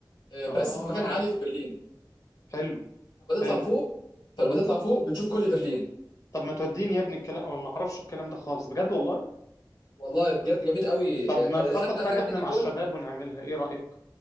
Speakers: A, on the left (about 80°); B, on the left (about 45°).
A: آه،
B: اه
A: بس في مكان عالي في برلين
B: حلو
A: لما
B: حلو
A: تطلع فوق فلما تطلع فوق بتشوف كل برلين
B: طب ما توديني
A: من
B: يا
A: فوق.
B: ابني الكلام أنا ما اعرفش الكلام ده خالص بجد والله
A: والله بجد جميل قوي
B: طب
A: آه،
B: ما
A: أنا
B: نخطط
A: حتى
B: حاجة
A: خدت
B: احنا
A: نيكول
B: مع الشباب ونعملها ايه رأيك